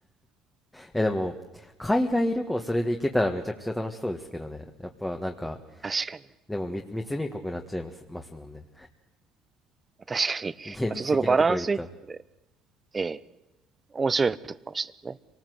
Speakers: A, on the left (about 15°); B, on the right (about 20°).
A: え、でも、海外旅行それで行けたらめちゃくちゃ楽しそうですけどね。やっぱなんか、
B: 確かに。
A: でも密、
B: うん
A: 密入国になっちゃいます、ますもんね。
B: 確かに。
A: 現実的なとこ言うと。
B: まあ、ちょっとそこバランスに、ええ。面白いとこかもしれないね。